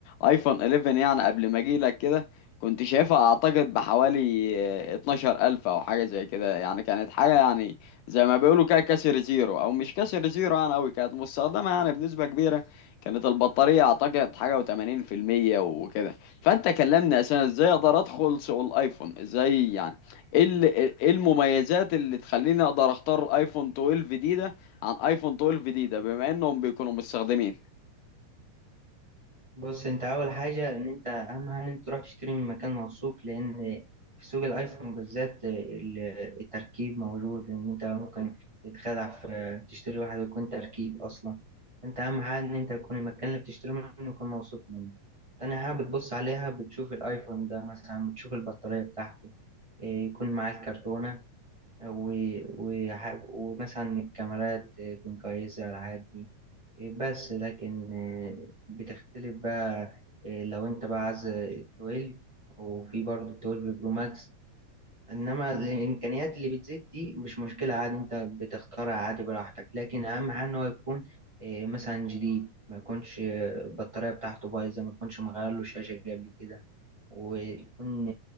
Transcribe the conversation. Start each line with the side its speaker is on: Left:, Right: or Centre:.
Left: ايفون 11 يعني قبل ما اجي لك كده كنت شايفها اعتقد بحوالي اتناشر الف او حاجة زي كده يعني كانت حاجة يعني زي ما بيقولوا كده كسر زيرو او مش كسر زيرو يعني اوي كانت مستخدمة يعني بنسبة كبيرة كانت البطارية اعتقد حاجة وتمانين في المية وكده فانت كلمني اساسا ازاي اقدر ادخل سوق الايفون ازاي يعني ايه ال- ايه المميزات اللي تخليني اقدر اختار ايفون 12 دي ده عن ايفون 12 دي ده بما انهم بيكونوا مستخدمين
Right: بص انت اول حاجه ان انت اهم حاجه ان انت تروح تشتري من مكان موثوق لان في سوق الايفون بالذات ال- التركيب موجود ان انت ممكن تتخدع في تشتري واحد ويكون تركيب اصلا انت اهم حاجه ان انت يكون المكان اللي بتشتري منه يكون موثوق منه تاني حاجه بتبص عليها بتشوف الايفون ده مثلا بتشوف البطاريه بتاعته اه، يكون معاه الكرتونه و- وح- ومثلا الكاميرات تكون كويسة الحاجات دي بس لكن بتختلف بقى لو انت بقى عايز 12 وفي برضه 12 برو ماكس انما الامكانيات اللي بتزيد دي مش مشكلة عادي انت بتختارها عادي براحتك لكن اهم حاجة ان هو يكون اه، مثلا جديد ما يكونش اه، البطارية بتاعته بايظة ما يكونش مغير له شاشة قبل كده ويكون